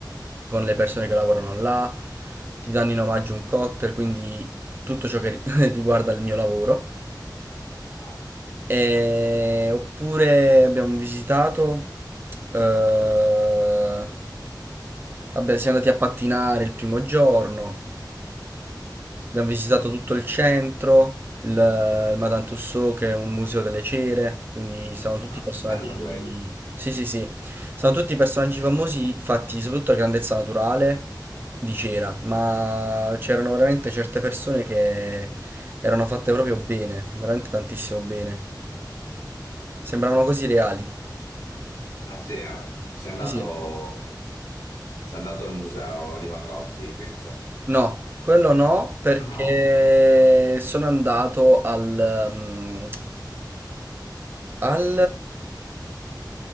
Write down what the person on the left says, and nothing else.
Ah,
ah,
bello quello.
Ah sì, eh. Sei andato,
sei andato al museo di Van Gogh, sì, penso.
No, no.